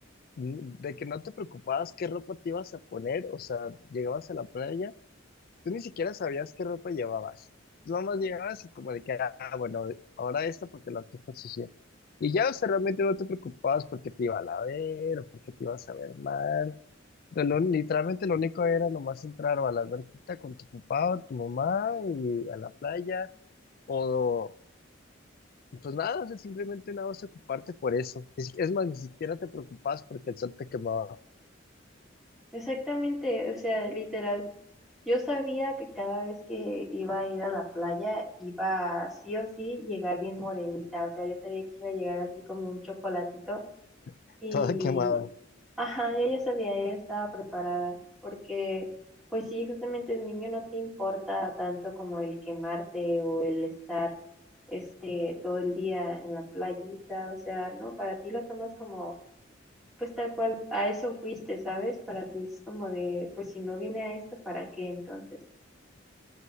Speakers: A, on the left (about 50°); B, in the centre.
A: n- de que no te preocupabas qué ropa te ibas a poner, o sea, llegabas a la playa, tú ni siquiera sabías qué ropa llevabas. Nomás llegabas y como de que, ah, bueno, ahora esta porque la otra está sucia. Y ya, o sea, realmente no te preocupabas porque te iba a la ver o porque te ibas a ver mal. De lo- literalmente lo único era nomás entrar o a la alberquita con tu papá o tu mamá y a la playa o pues nada, o sea, simplemente nada vas a ocuparte por eso. Es, es más, ni siquiera te preocupabas porque el sol te quemaba.
B: Exactamente, o sea, literal. Yo sabía que cada vez que iba a ir a la playa iba sí o sí llegar bien morenita, o sea, yo sabía que iba a llegar así como un chocolatito
A: <laughs>
B: y
A: toda quemada.
B: Ajá, yo ya sabía, yo ya estaba preparada, porque pues sí, justamente el niño no te importa tanto como el quemarte o el estar este todo el día en la playita, o sea, ¿no? Para ti lo tomas como, pues tal cual, a eso fuiste, ¿sabes? Para ti es como de, pues si no vine a esto, ¿para qué entonces?